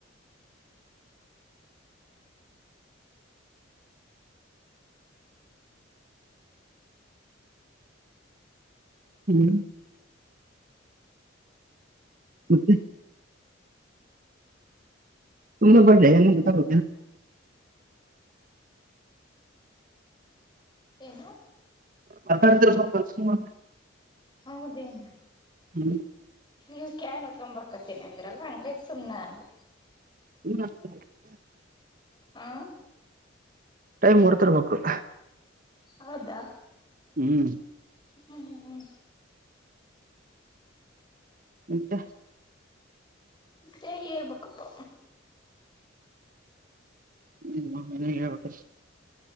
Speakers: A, on the right; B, on the left.
A: ಹ್ಮ. ಮತ್ತೆ ತುಂಬಾ ಬಡ್ಲೆ ಹೆಂಗ ಬೇಕಾರ
B: ಏನು
A: ಮಾತಾಡ್ತೀರ ಸ್ವಲ್ಪ <unintelligible>
B: ಹೌದೇನ
A: ಹ್ಮ.
B: ನೀವ ಕ್ಯಾನ್ ಹೊತ್ಕೊಂದ ಬರ್ಕತ್ತಿನಿ ಅಂದ್ರಲ್ಲ ಹಂಗಗ ಸುಮ್ನ ಆದೆ.
A: <inaudible>
B: ಆ
A: ಟೈಮ್ ಓಡ್ತಿರ್ಬೇಕ.
B: ಹೌದಾ.
A: ಹ್ಮ.
B: ಹ್ಮ ಹ್ಮ ಹ್ಮ.
A: ಮತ್ತ
B: ಹೆ ಹೇಳಬಕಪ್ಪ
A: ಹ್ಮ್ ನೀನೆ ಹೇಳ್ಬೇಕು.